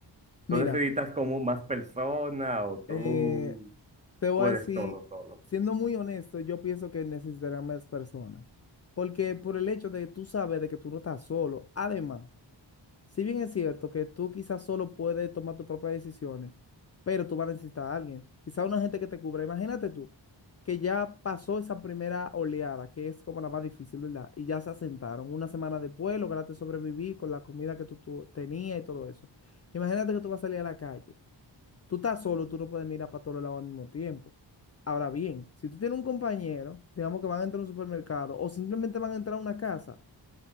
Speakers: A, on the left; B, on the right.
A: Mira.
B: ¿Tú necesitas como más persona o tú
A: Eh, te voy
B: puedes
A: a decir,
B: todo solo?
A: siendo muy honesto, yo pienso que necesitarán más personas. Porque por el hecho de que tú sabes de que tú no estás solo. Además, si bien es cierto que tú quizás solo puedes tomar tus propias decisiones, pero tú vas a necesitar a alguien. Quizás una gente que te cubra. Imagínate tú, que ya pasó esa primera oleada, que es como la más difícil, ¿verdad? Y ya se asentaron. Una semana después lograste sobrevivir con la comida que tú, tú tenías y todo eso. Imagínate que tú vas a salir a la calle. Tú estás solo, tú no puedes mirar para todos lados al mismo tiempo. Ahora bien, si tú tienes un compañero, digamos que van a entrar a un supermercado o simplemente van a entrar a una casa,